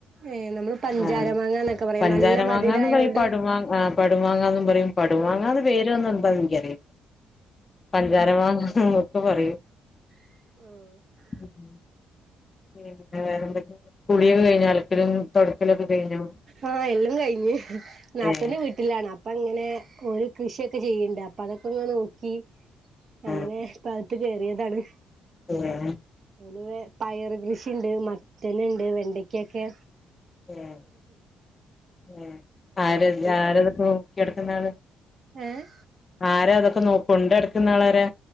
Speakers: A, on the right; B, on the left.
A: ഏഹ് നമ്മള് പഞ്ചാര
B: ആഹ്
A: മാങ്ങന്നൊക്കെ പറയും
B: പഞ്ചാര
A: നല്ല
B: മാങ്ങാന്ന്
A: മധുരായോണ്ട്
B: പറയും പടുമാങ്ങാ ആഹ് പടുമാങ്ങാന്നും പറയും പടുമാങ്ങാന്ന് പേര് വന്ന എന്താ എനിക്കറി ഖരമാങ്ങാ ഒക്കെ പറയും
A: ഓഹ്
B: ഉം ഉം പിന്നെ വേറെ എന്തൊക്കെയുണ്ട് കുളിയൊക്കെ കഴിഞ്ഞാ അലക്കലും തൊടക്കലൊക്കെ കഴിഞ്ഞോ
A: ആഹ് എല്ലാം കഴിഞ്ഞ് നാത്തൂന്റെ
B: ഏഹ്
A: വീ ട്ടിലാണ് അപ്പ അങ്ങനെ ഓല് കൃഷിയൊക്കെ ചെയ്യണ്ട് അപ്പൊ അതൊക്കെ ഒന്ന് നോക്കി അങ്ങനെ
B: ആഹ്
A: ഇപ്പ അകത്ത് കേറിയതാണ്
B: ഏഹ്
A: എനിവേ പയർ കൃഷിയ്ണ്ട് മത്തന്ണ്ട് വെണ്ടയ്ക്കൊക്കെ
B: ഏഹ് ഏഹ് ആരെ
A: അപ്പൊ
B: ആരെടുക്കും എടക്കുന്ന ആള്
A: ഏഹ്
B: ആരാ ഇതൊക്കെ നോക്കു കൊണ്ടടക്കുന്നളാരാ